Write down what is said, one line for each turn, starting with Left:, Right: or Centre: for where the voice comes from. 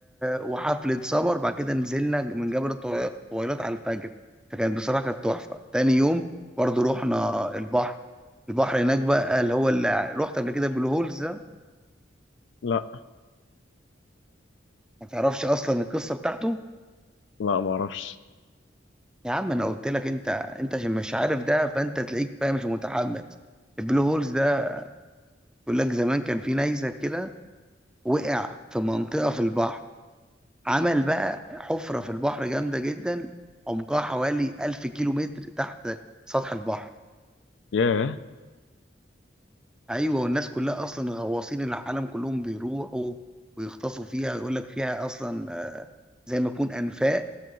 Centre: وحفلة سمر بعد كده نزلنا من جبل الطوي- الطويلات على الفجر فكانت بصراحة كانت تحفة تاني يوم برضه رحنا البحر البحر هناك بقى اللي هو اللي رحت قبل كده بلو هولز
Left: لا
Centre: ما تعرفش اصلا القصه بتاعته
Left: لا ما اعرفش
Centre: يا عم انا قلت لك انت انت عشان مش عارف ده فانت تلاقيك فاهم مش متحمس البلو هولز ده بيقول لك زمان كان في نيزك كده وقع في منطقه في البحر عمل بقى حفره في البحر جامده جدا عمقها حوالي 1000 كيلو متر تحت سطح البحر
Left: ياه
Centre: ايوه والناس كلها اصلا غواصين العالم كلهم بيروحوا ويغطسوا فيها يقول لك فيها اصلا زي ما يكون انفاق